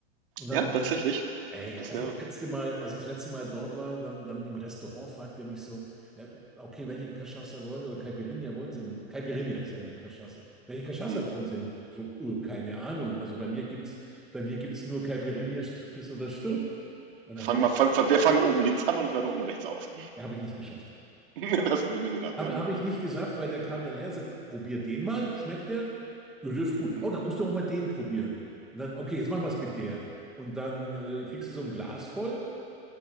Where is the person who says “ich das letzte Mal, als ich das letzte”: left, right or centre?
Centre